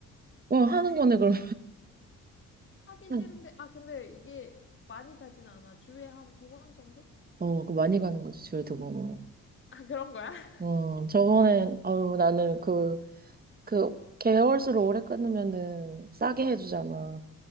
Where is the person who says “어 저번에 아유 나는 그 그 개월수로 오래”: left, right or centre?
Right